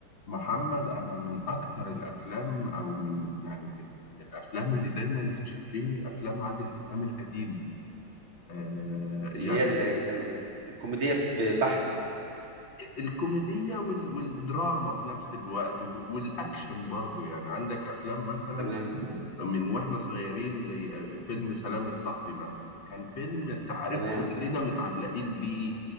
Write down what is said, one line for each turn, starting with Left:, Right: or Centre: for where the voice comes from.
Left: محمد انا من اكتر الافلام او من يعني من من الافلام اللي دايما بتشدني افلام عادل امام القديمه آه
Right: اللي
Left: يعني
Right: هي اللي كان كوميدية ب- بحتة
Left: الكوميديه وال والدراما في نفس الوقت و- والاكشن برضو يعني عندك افلام مثلا
Right: تمام
Left: من واحنا صغيرين زي آه، فيلم سلام يا صاحبي مثلا كان فيلم انت عارف
Right: تمام
Left: كلنا متعلقين بيه